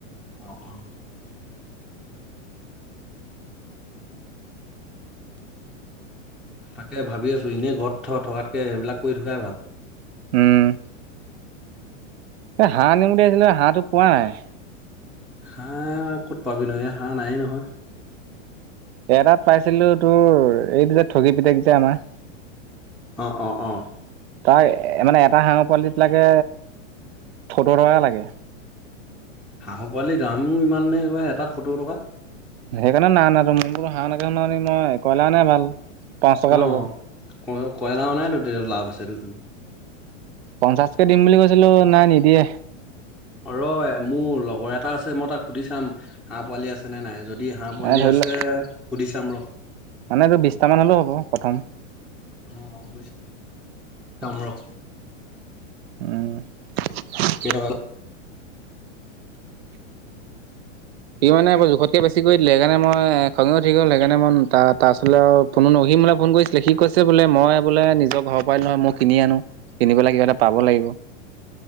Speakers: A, in the centre; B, on the right.
A: অ অ। তাকে ভাবি আছোঁ ইনেই ঘৰত থ থকাতকৈ সেইবিলাক কৰি থকাই ভাল।
B: উম। এ হাঁহ আনিম বুলি ভাবিছিলো হাঁহটো পোৱা নাই।
A: হাঁহ ক'ত পাবি ন এইয়া হাঁহ নায়েই নহয়।
B: এটাত পাইছিলো তোৰ এইটো যে ঠগি পিতেক যে আমাৰ
A: অ অ অ
B: তাৰ মানে এটা হাঁহৰ পোৱালিত লাগে সত্তৰ টকা লাগে
A: হাঁহৰ পোৱালিৰ দামো ইমান নে এটাত সত্তৰ টকা
B: সেইকাৰণে নাই অনাতো মই মই বোলো হাঁহ এনেকে নোৱাৰিম মই কয়লা অনাই ভাল পাঁচ টকা
A: অ
B: ল'ব,
A: ক কয়লা অনাইতো তেতিয়া লাভ আছে দেখোন
B: পঞ্চাছ কে দিম বুলি কৈছিলো নাই নিদিয়ে
A: ৰ' মোৰ লগৰ এটা আছে মই তাক সুধি চাম হাঁহ পোৱালি আছে আছে নে নাই যদি হাঁহ পোৱালি
B: এ ধৰি
A: আছে
B: লওক
A: সুধি চাম ৰ'
B: মানে এইটো বিশটা মান হ'লেও হ'ব প্ৰথম
A: অ সুধি চাম ৰ'
B: উম <inaudible>
A: কেই টকা
B: সি মানে বোৰ জোখতকৈ বেছি কৰি দিলে সেইকাৰণে মই খঙে উঠি গ'ল সেইকাৰণে মই তাৰ তাৰ ওচৰলে আৰু ফোনো ন সি মোলে ফোন কৰিছিলে সি বোলে মই বোলে নিজৰ ঘৰৰ পোৱালি নহয় মই কিনি আনো কিনি পেলাই কিবা এটা পাব লাগিব